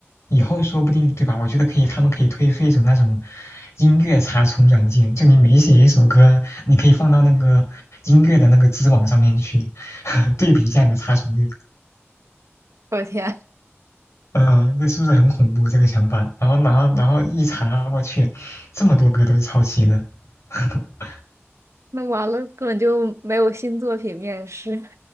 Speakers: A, on the left (about 90°); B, on the right (about 85°).
A: 以后说不定，对吧？我觉得可以，他们可以推出一种那种音乐查重软件，就你每写一首歌，你可以放到那个音乐的那个知网上面去，<laughs> 对比一下你的查重率。
B: 我的天，
A: 嗯、这是不是很恐怖这个想法？然后，然后，然后一查，我去，这么多歌都是抄袭的。<laughs>
B: 那完了，根本就没有新作品面世。